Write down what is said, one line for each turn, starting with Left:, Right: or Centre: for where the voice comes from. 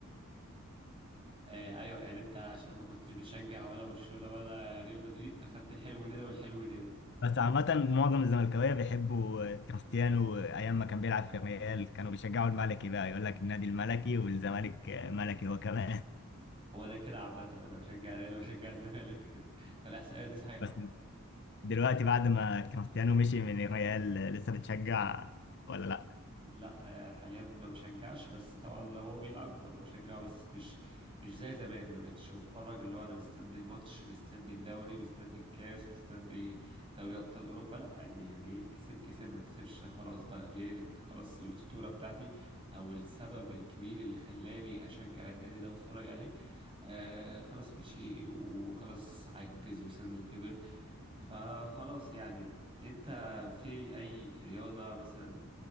Right: آه ايوه يعني انت عشان ما كنتش بتشجع ولا برشلونة ولا ريال مدريد فخدت الحلو من هنا والحلو من هنا
Left: بس عامة معظم الزملكاوية بيحبوا كريستيانو أيام ما كان بيلعب في الريال كانوا بيشجعوا الملكي بقى يقول لك النادي الملكي والزمالك ملكي هو كمان <laughs>
Right: هو ده كده عامة انا بشجع ريال وبشجع الزمالك <laughs> فالاحصائية دي صحيحة
Left: بس دلوقتي بعد ما كريستيانو مشي من الريال لسه بتشجع ولا
Right: لا آه، حاليا ما بشجعش بس طبعا لو هو بيلعب ببقى بشجعه بس مش مش زي زمان ما بقتش بتفرج اللي هو انا مستني الماتش مستني الدوري مستني الكاس مستني دوري ابطال اوروبا لا عادي يعني كسب كسب ما كسبش خلاص بقى ليه لأن خلاص الاسطوره بتاعتي او السبب الكبير اللي خلاني اشجع النادي ده واتفرج عليه آه خلاص مشي وخلاص عجز وسنه كبر فخلاص يعني انت في اي رياضة مثلا